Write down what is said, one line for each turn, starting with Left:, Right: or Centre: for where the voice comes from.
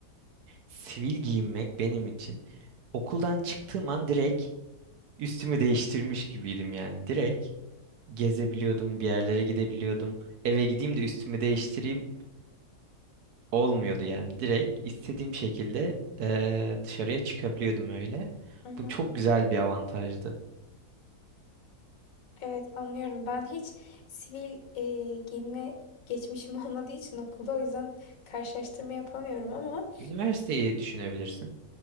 Right: Sivil giyinmek benim için okuldan çıktığım an direkt üstümü değiştirmiş gibiydim yani. Direkt gezebiliyordum, bir yerlere gidebiliyordum. Eve gideyim de üstümü değiştireyim. olmuyordu yani. Direkt istediğim şekilde eee, dışarıya çıkabiliyordum öyle.
Left: Hı hı.
Right: Bu çok güzel bir avantajdı.
Left: evet anlıyorum. Ben hiç sivil e, giyinme geçmişim <laughs> olmadığı için okulda o yüzden karşılaştırma yapamıyorum ama
Right: Üniversiteyi düşünebilirsin.